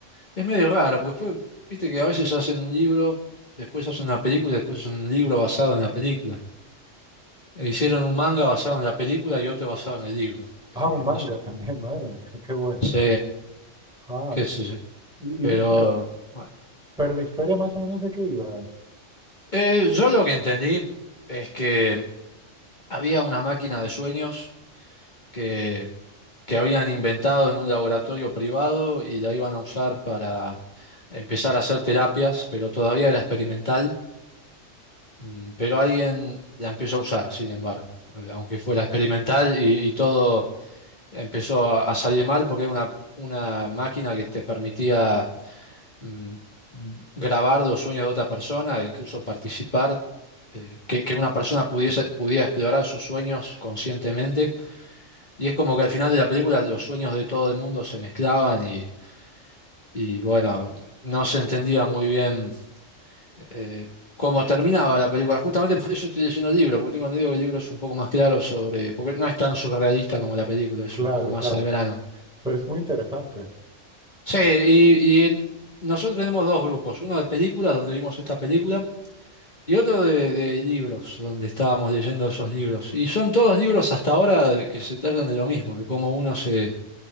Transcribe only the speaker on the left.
es medio raro, porque después, viste que a veces hacen un libro, después hacen una película y después hacen un libro basado en la película. E Hicieron un manga basado en la película y otro basado en el libro.
Eh,
no sé.
Sí,
qué sé yo.
Pero
bueno.
Eh, yo lo que entendí es que había una máquina de sueños que, que habían inventado en un laboratorio privado y la iban a usar para empezar a hacer terapias, pero todavía era experimental. Mm, Pero alguien la empezó a usar, sin embargo, eh, aunque fuera experimental y, y todo. empezó a, a salir mal porque era una, una máquina que te permitía mm, grabar los sueños de otra persona e incluso participar, eh, que, que una persona pudiese, pudiera explorar sus sueños conscientemente. Y es como que al final de la película los sueños de todo el mundo se mezclaban y, y bueno, no se entendía muy bien. eh, cómo terminaba la película. Justamente <laughs> por eso estoy leyendo el libro, porque tengo entendido que el libro es un poco más claro sobre, porque no es tan surrealista como la película,
es un poco más
al grano.
Sí, y, y en- nosotros tenemos dos grupos, uno de películas, donde vimos esta película, y otro de, de libros, donde estábamos leyendo esos libros. Y son todos libros hasta ahora que se tratan de lo mismo, de cómo uno se,